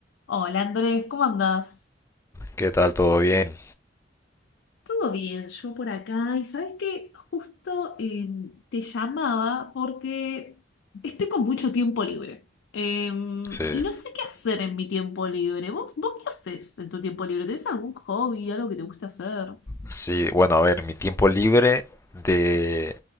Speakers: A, on the left (about 80°); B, on the left (about 15°).
A: Hola Andrés, ¿cómo andás?
B: ¿Qué tal? ¿Todo bien?
A: Todo bien, yo por acá. Y sabes que justo eh, te llamaba porque estoy con mucho tiempo libre. Eh,
B: Sí.
A: y no sé qué hacer en mi tiempo libre. ¿Vos, vos qué haces en tu tiempo libre? ¿Tenés algún hobby, algo que te guste hacer?
B: Sí, bueno, a ver, mi tiempo libre de